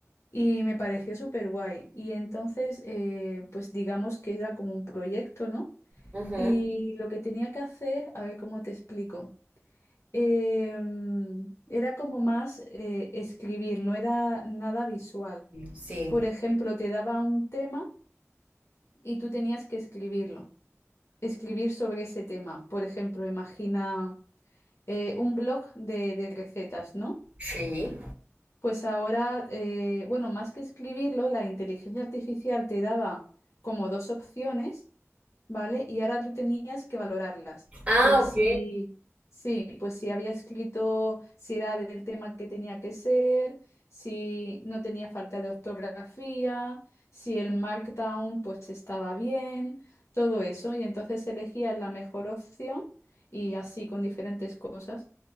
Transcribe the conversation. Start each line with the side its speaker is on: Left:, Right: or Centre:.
Left: y me pareció súper guay. Y entonces, eh, pues digamos que era como un proyecto, ¿no?
Right: Ujú,
Left: Y lo que tenía que hacer, a ver cómo te explico. em, era como más eh, escribir, no era nada visual.
Right: Sí,
Left: Por ejemplo, te daba un tema y tú tenías que escribirlo, escribir sobre ese tema. Por ejemplo, imagina eh, un blog de, de recetas, ¿no?
Right: sí.
Left: Pues ahora, eh, bueno, más que escribirlo, la inteligencia artificial te daba como dos opciones, ¿vale? Y ahora tú tenías que valorarlas.
Right: Ah,
Left: Pues
Right: ok.
Left: sí, sí, pues si había escrito, si era del tema que tenía que ser, si no tenía falta de ortografía, si el markdown pues estaba bien, todo eso. Y entonces elegías la mejor opción y así con diferentes cosas.